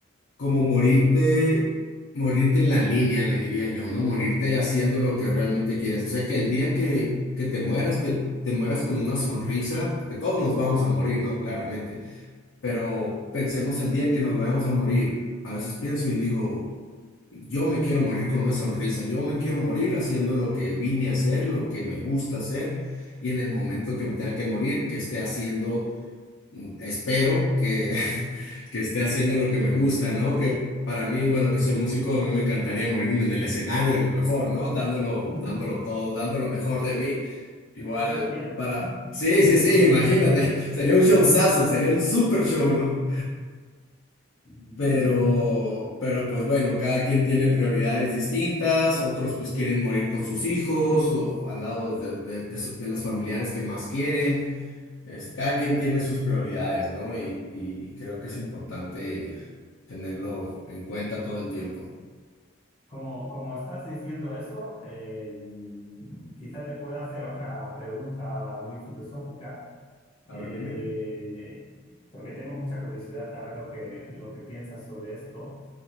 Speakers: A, on the left (about 80°); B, on the left (about 30°).
A: como morirte, morirte en la línea, le diría yo, ¿no? Morirte haciendo lo que realmente quieres. O sea, que el día que, que te mueras, que te mueras con una sonrisa, porque todos nos vamos a morir, ¿no? Claramente, pero pensemos el día en que nos vayamos a morir. A veces pienso y digo... Yo me quiero morir con una sonrisa, yo me quiero morir haciendo lo que vine a hacer, lo que me gusta hacer, y en el momento que me tenga que morir, que esté haciendo, mm, espero que, <laughs> que esté haciendo lo que me gusta, ¿no? Que para mí, bueno, que soy músico, a mí me encantaría morirme en el escenario a lo mejor, ¿no? Dándolo,
B: <laughs>
A: dándolo todo, dando lo mejor de mí. Igual,
B: Suena bien,
A: para... Sí,
B: suena
A: sí, sí,
B: bien.
A: imagínate, <laughs> sería un showzazo, sería un super show, ¿no?
B: <laughs>
A: Pero, pero pues bueno, cada quien tiene prioridades distintas, otros pues quieren morir con sus hijos o al lado de, de- de su- de los familiares que más quieren. Este, cada quien tiene sus prioridades, ¿no? Y, y y creo que es importante tenerlo en cuenta todo el tiempo.
B: Como, como estás diciendo eso, eh, quizá te pueda hacer otra pregunta muy filosófica,
A: A
B: eh,
A: ver, dime.
B: porque tengo mucha curiosidad a ver lo que, lo que piensas sobre esto.